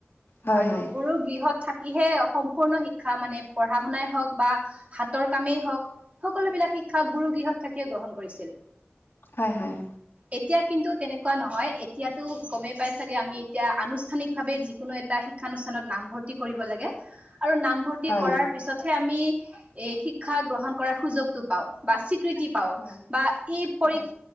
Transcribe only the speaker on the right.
আৰু
গুৰু গৃহত - থাকিহে সম্পূৰ্ণ শিক্ষা মানে পঢ়া শুনাই হওঁক বা হাতৰ কামেই হওঁক - সকলোবিলাক শিক্ষাক গুৰু গৃহত থাকিয়ে গ্ৰহণ কৰিছিল।
এতিয়া কিন্তু তেনেকুৱা নহয় এতিয়াতো গমেই পাই চাগে আমি এতিয়া আনুষ্ঠানিক ভাৱে যিকোনো এ - টা শিক্ষানুষ্ঠানত নামভৰ্তি কৰিব লাগে, আৰু নামভৰ্তি -
কৰাৰ পিছতহে আমি এই শিক্ষা গ্ৰহণ কৰাৰ সুযোগটো পাওঁ বা স্বীকৃতি - পাও
বা এই পৰি